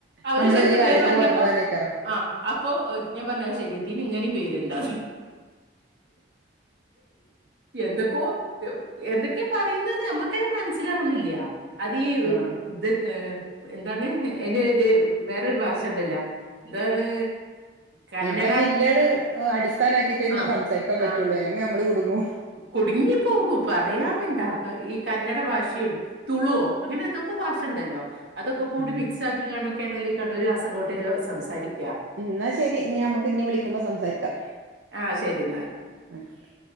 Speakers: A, on the right; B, on the right.
A: അവര്
B: നമ്മള്
A: ശരിക്ക്
B: വല്യ കാര്യത്തില്
A: പേര് പറഞ്ഞപ്പോ
B: പറഞ്ഞതാണേക്കാരം
A: ആ അപ്പൊ ഞാൻ പറഞ്ഞ അത് ശരി ഇതിനു ഇങ്ങനെയും പേരുണ്ടേ എന്തൊക്കോ എന്തൊക്കെയാ പറയുന്നെന്നു നമ്മക്കെ മനസ്സിലാവുന്നില്ല അതീ
B: ആഹ്
A: ഇതൊക്കെ എന്താണ് അയിന് ഇത് വേറെ ഭാഷ ഉണ്ടല്ല എന്താണ് കന്നഡ
B: നമ്മളെ ജില്ലകള് അടിസ്ഥാനമാക്കിയിട്ട് തന്നെ
A: ആ
B: സംസാരിക്കാൻ പറ്റുള്ളു
A: ആ
B: അല്ലെങ്കിൽ നമ്മള് കുടുങ്ങൂ
A: കുടുങ്ങിപ്പോകും പറയാനുണ്ടാ ഈ കന്നഡ ഭാഷയും തുളു അങ്ങനെ എന്തോക്കെ ഭാഷ ഇണ്ടല്ലോ അതൊക്കെ കൂടി
B: ഉം
A: മിക്സ് ആക്കിണ്ടൊക്കെയാണ് ഈ കണ്ണൂർ കാസർകോട്ട്കാര് സംസാരി
B: എന്നാ ശരി ഇഞ് നമുക്ക് ഇഞ് വിളിക്കുമ്പോ സംസാരിക്കാം
A: ആ ശരി എന്നാല്
B: ആയിക്കോട്ടെ